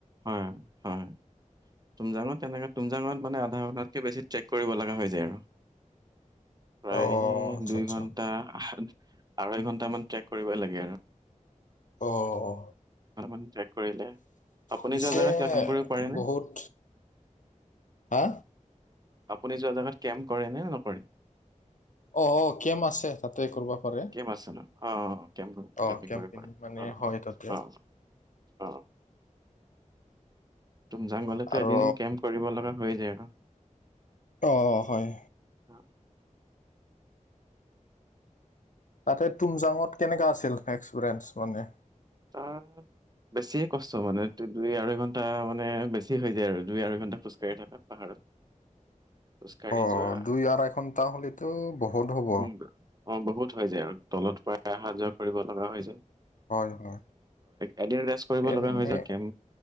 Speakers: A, on the right; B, on the left.
A: হয় হয়। তুমজাঙত তেনেকে তুমজাঙত মানে, আধা ঘণ্টাতকে বেছি ট্ৰেক কৰিব লগা হৈ যায় আৰু। প্ৰায়
B: অ আচ্ছা
A: দুই
B: আচ্ছা
A: ঘন্টা আঢ়ৈ ঘন্টা মান ট্ৰেক কৰিবই লাগে আৰু। <inaudible>
B: অ অ।
A: অলপমান ট্ৰেক কৰিলে আপুনি
B: পিছে
A: যোৱা জেগাত কেম্প কৰিব পাৰে নে
B: বহুত। হা।
A: আপুনি যোৱা জেগাত কেম্প কৰে নে নকৰে?
B: অ অ কেম্প আছে তাতে কৰিব পাৰে
A: কেম্প আছে ন, অ কেম্প কৰোঁ
B: অ
A: কেম্পিং
B: মানে
A: অ
B: হয় তাতে
A: অ অ। তুমজাং গলেতো
B: আৰু
A: এদিন কেম্প কৰিব লগা হৈ যায় আৰু।
B: অঁ হয়।
A: অ,
B: তাতে তুমজাঙত কেনেকা আছিল এক্সপিৰিয়েঞ্চ মানে।
A: তাৰ। বেছিয়ে কষ্ট মানে, দুই আঢৈ ঘণ্টা মানে, বেছি হৈ যায় আৰু দুই আঢৈ ঘণ্টা খোজকাঢ়ি থাকো। পাহাৰত। খোজকাঢ়ি
B: অঁ,
A: যোৱা
B: দুই আঢ়াই ঘণ্টা হ'লেতো বহুত হ'ব।
A: উম অ, বহুত হৈ যায় আৰু তলত প্ৰায় অহা যোৱা কৰিব লগা হৈ যায়।
B: হয় হয়।
A: এদিন ৰেষ্ট কৰিব
B: এনে
A: লগা হৈ যায় কেম